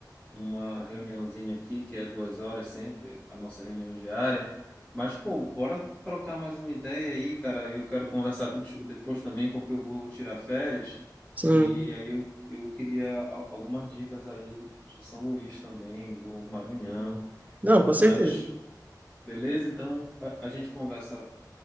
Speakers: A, on the left; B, on the right.
A: uma reuniãozinha aqui, que é duas horas sempre, a nossa reunião diária. Mas, pô, bora trocar mais uma ideia aí, cara. Eu quero conversar contigo depois também, porque eu vou tirar férias.
B: sim,
A: E aí eu, eu queria al- algumas dicas aí de São Luís também, do Maranhão.
B: não, com
A: Mas,
B: certeza.
A: beleza? Então a, a gente conversa